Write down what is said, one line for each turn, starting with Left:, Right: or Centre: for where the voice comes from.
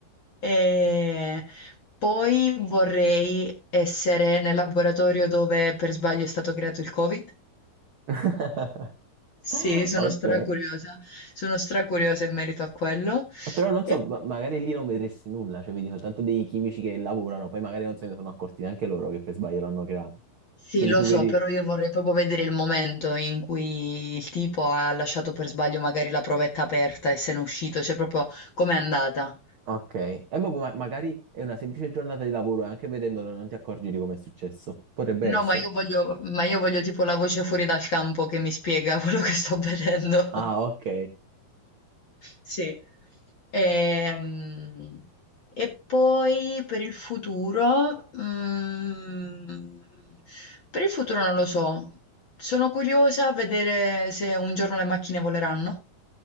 Left: E poi vorrei essere nel laboratorio dove per sbaglio è stato creato il Covid.
Right: <laughs>
Left: Sì, sono
Right: Ok.
Left: stracuriosa. Sono stracuriosa in merito a quello.
Right: Eh, Però non
Left: E
Right: so, ma- magari lì non vedresti nulla, cioè vedi soltanto dei chimici che lavorano, poi magari non se ne sono accorti neanche loro che per sbaglio l'hanno creato.
Left: sì,
Right: Quindi
Left: lo
Right: tu
Left: so,
Right: vedi,
Left: però io vorrei proprio vedere il momento in cui il tipo ha lasciato per sbaglio magari la provetta aperta e se n'è uscito, cioè proprio com'è andata.
Right: ok, e ma ma- magari è una semplice giornata di lavoro e anche vedendolo non ti accorgi di come è successo. Potrebbe
Left: No,
Right: essere.
Left: ma io voglio, ma io voglio tipo la voce fuori dal campo che mi spiega <laughs> quello che sto vedendo.
Right: Ah, ok.
Left: Sì. Ehm, E, poi per il futuro, mm, per il futuro non lo so. Sono curiosa a vedere se un giorno le macchine voleranno.